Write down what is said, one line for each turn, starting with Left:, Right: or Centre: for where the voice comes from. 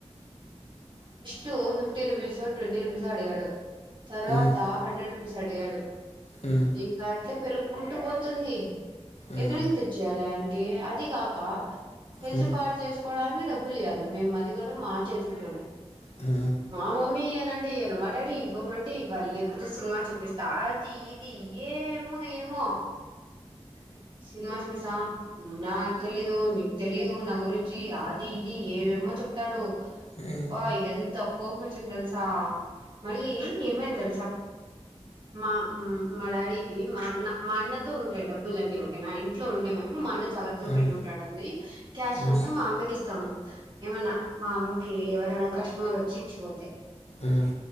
Right: two fifty rupees twenty rupees అడిగాడు తర్వాత
Left: ఉమ్,
Right: హండ్రెడ్ రూ అడిగాడు
Left: ఉమ్, ఉమ్,
Right: ఇంకా అట్లే పెరుక్కుంటూ పోతుంది
Left: ఉమ్,
Right: ఇక్కడ నుంచి తెచ్చయాల అయా అదికాక హెల్త్
Left: ఉమ్,
Right: పాడు చే పోవడానికి డబ్బులు ఇవ్వాలా మేం అది కూడా మా చేతు చేతులతోనే
Left: ఉమ్, ఉమ్,
Right: మా మమ్మీ ఇయను ఈయన అంటే ఇయ్యను ఇవ్వమంటే ఇవ్వాలి కాపోతే సినిమా చూపిస్తా తీ తీయ్యే ఏమో ఏమో సినిమా చూపిస్తాన్నా తెలీదు నీకు తెలీదు నా గురించి అది ఇది ఏవేమో చెప్తాడు
Left: ఉమ్,
Right: బా ఎంత కోపమొచ్చింది తెలుసా మళ్ళీ ఏమైంది మా మా డాడీకి మా అన్న మా అన్నతో ఉంటయి డబ్బులన్నీ ఓకేనా ఇంట్లో ఉంటావేము మా అన్న జాగ్రత్తగా
Left: ఉమ్,
Right: పెట్టుకుంటాదండి క్యాష్
Left: ఉమ్,
Right: అంతా మా అన్నకిస్తాము. ఏమన్నా మా అమ్మ ఎవరైనా కస్టమర్ వచ్చి ఇచ్చిపోతే
Left: ఉమ్,